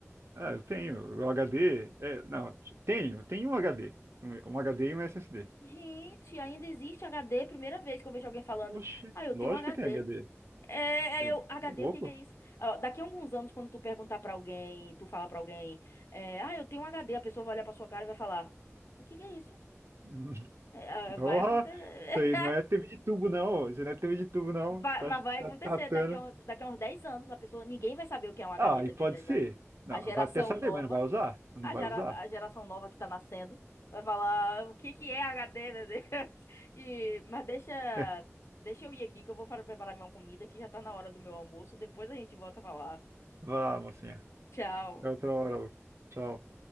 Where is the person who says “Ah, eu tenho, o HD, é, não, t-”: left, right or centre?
Right